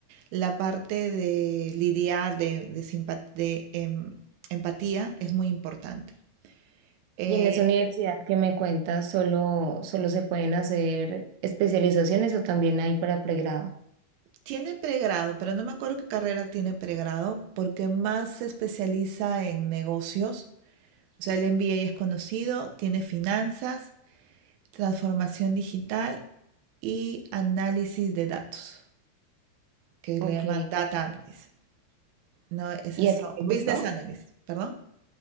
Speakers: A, on the right; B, on the right.
A: la parte de lidiar, de, de simpa- de, em, empatía es muy importante. Eh,
B: Y en esa universidad que me cuentas, ¿solo, solo se pueden hacer especializaciones o también hay para pregrado?
A: tiene pregrado, pero no me acuerdo qué carrera tiene pregrado, porque más se especializa en negocios O sea, el MBA es conocido, tiene finanzas, transformación digital y análisis de datos, que
B: Ok.
A: le llaman data analysis. No, es
B: ¿Y
A: eso,
B: a ti te
A: business
B: gustó?
A: analysis, perdón.